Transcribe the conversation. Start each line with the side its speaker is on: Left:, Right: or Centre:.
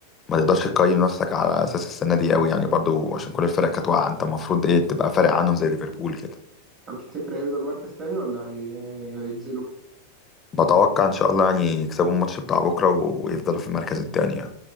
Left: تقدرش تقيم نفسك على اساس السنة دي قوي يعني برضه عشان كل الفرق كانت واقعة انت المفروض ايه تبقى فارق عنهم زي ليفربول كده
Right: طب تفتكر هيفضل مركز تاني ولا هي- هينزلوا؟
Left: بتوقع ان شاء الله يعني يكسبوا الماتش بتاع بكرة ويفضلوا في المركز التاني يعني